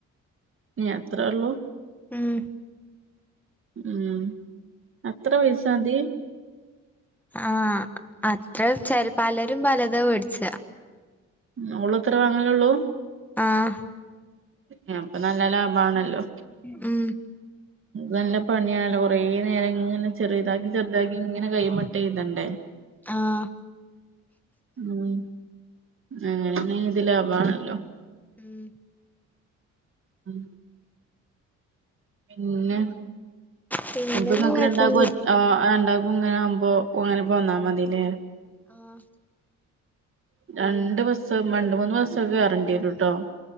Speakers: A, on the right; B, in the centre.
A: ഞ അത്രേള്ളു?
B: ഉം
A: ഉം അത്ര പൈസാതീ?
B: ആഹ് അത്ര ചെ പലെരും പലതാ വേട്ച്ച.
A: ഉം ഓളും ഇത്രേ വാങ്ങലൊള്ളൂ?
B: ആഹ്
A: ആഹ് അപ്പ നല്ല ലാഭാണല്ലോ
B: ഉം
A: ഇത് നല്ലെ പണിയാണല്ലോ കൊറേ നേരം ഇങ്ങനെ ചെറ്താക്കി ചെർതാക്കി ഇങ്ങനെ കയ്യ്മ്മെ ഇട്ട് എയുതണ്ടെ.
B: ആഹ്
A: ഉം അങ്ങനേണെങ്കി ഇത് ലാഭാണല്ലോ.
B: ഉം
A: ഉം പിന്നെ
B: പിന്നെന്താ
A: അപ്പൊ ഇങ്ങക്ക്
B: കൊഴപ്പൊന്നുല്ല
A: രണ്ടാക്കു ഒ ആഹ്, രണ്ടാക്കും ഇങ്ങെനെ ആവുമ്പോ ഉങ്ങെനെ പോന്നാ മതിലെ?
B: ആഹ്
A: രണ്ട് ബസ്സ്‌ രണ്ട്, മൂന്ന് ബസ്സൊക്കെ കേറെണ്ടി വെരുംട്ടോ.